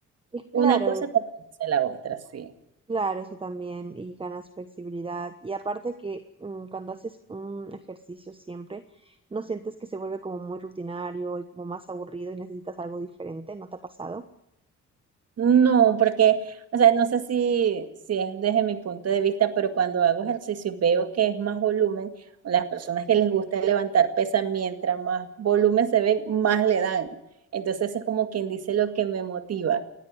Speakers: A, on the right; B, on the right.
A: Y claro,
B: Una cosa compensa la otra, sí.
A: claro, eso también, y ganas flexibilidad, y aparte que mm, cuando haces un ejercicio siempre, no sientes que se vuelve como muy rutinario y como más aburrido y necesitas algo diferente, ¿no te ha pasado?
B: No, porque, o sea, no sé si, si es desde mi punto de vista, pero cuando hago ejercicio y veo que es más volumen, o las personas que les gusta levantar pesa, mientras más volumen se ven, más le dan. Entonces es como quien dice lo que me motiva,